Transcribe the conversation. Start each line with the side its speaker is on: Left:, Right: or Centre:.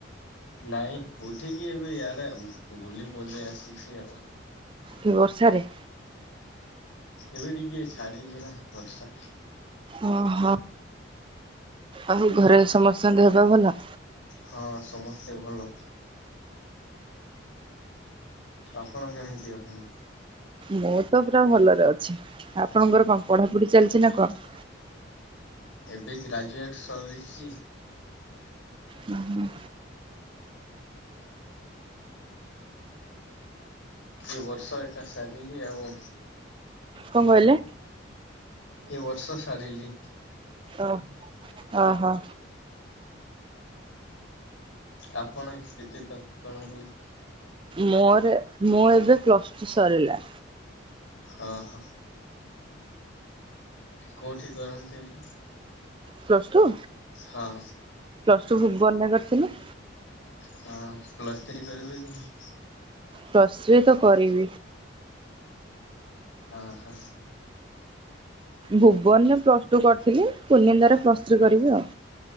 Left: ନାଇଁ ଉଠିକି ଏବେ ୟାଡେ ବୁଲି ପଡ଼ଳି ଆସିଛି ଆଉ।
Right: ଏଇ ବର୍ଷାରେ?
Left: ଏବେ ଟିକିଏ ଛାଡ଼ିଚି ନା ବର୍ଷା।
Right: ଓହୋ ଆଉ ଘରେ ସମସ୍ତଙ୍କ ଦେହ ପା ଭଲ?
Left: ହଁ ସମସ୍ତେ ଭଲ। ଆପଣ କେମିତି ଅଛନ୍ତି?
Right: ମୁଁ ତ ପୁରା ଭଲରେ ଅଛି, ଆପଣଙ୍କର କଣ ପଢାପଢି ଚାଲିଛି ନା କଣ?
Left: ଏବେ ଗ୍ରାଜୁଏଟ୍ ସରିଚି।
Right: ହୁଁ-ହୁଁ।
Left: ଏ ବର୍ଷ ଏଇଟା ସାରିଲି ଆଉ।
Right: କଣ କହିଲେ?
Left: ଏ ବର୍ଷ ସାରଲି।
Right: ଓ ଓହୋ।
Left: ଆପଣ କେତେ <unintelligible> କଣ କଲେ
Right: ମୋର ମୁଁ ଏବେ ପ୍ଲସ୍ ଟୁ ସରିଲା।
Left: ହଁ-ହଁ। କୋଉଠି କରନ୍ତି ଏଇଟା?
Right: Plus two?
Left: ହଁ।
Right: ପ୍ଲସ ଟୁ ଭୁବନ ରେ କରିଥିଲି।
Left: ହଁ ପ୍ଲସ୍ ଥ୍ରୀ କରିବେ କି ନାଇଁ?
Right: ପ୍ଲସ ଥ୍ରି ତ କରିବି।
Left: ଅ ହ।
Right: ଭୁବନରେ ପ୍ଲସ ଟୁ କରିଥିଲି କୁନିନ୍ଦାରେ ପ୍ଲସ ଥ୍ରୀ କରିବି ଆଉ।